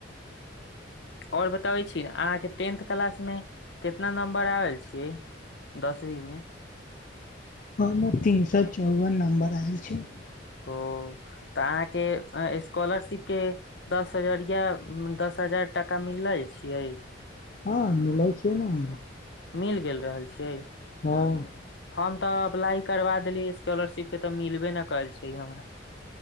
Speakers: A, on the left; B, on the left.
A: और बताबे छी अहाँ के टेंथ क्लास में कितना नंबर आल छी दसवीं मे
B: हम तीन सए चौवन नम्बर आएल छी
A: ओ तऽ अहाँके स्कॉलरशिप के दस हजरिया दस हजार टाका मिलले छियै
B: हँ मिलै छै ने हमरा
A: मिल गेल रहल छियै
B: हँ
A: हम तऽ अप्लाई करबा देलियै स्कॉलरशिप के तऽ मिलबे ने कयल छै हमरा